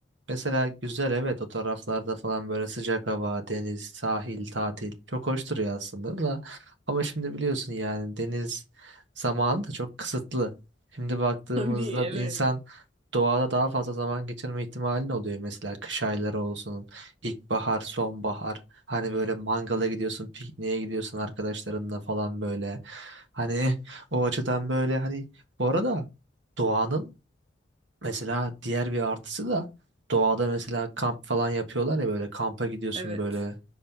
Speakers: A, on the right; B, on the right.
A: mesela güzel evet o taraflarda falan böyle sıcak hava, deniz, sahil, tatil çok hoş duruyor aslında da ama şimdi biliyorsun yani deniz zamanı da çok kısıtlı. Şimdi baktığımızda
B: <laughs> Tabii evet.
A: insan doğada daha fazla zaman geçirme ihtimalin oluyor mesela kış ayları olsun, ilkbahar, sonbahar. Hani böyle mangala gidiyorsun, pikniğe gidiyorsun arkadaşlarınla falan böyle. Hani o açıdan böyle hani bu arada doğanın mesela diğer bir artısı da doğada mesela kamp falan yapıyorlar ya böyle kampa gidiyorsun
B: Evet.
A: böyle.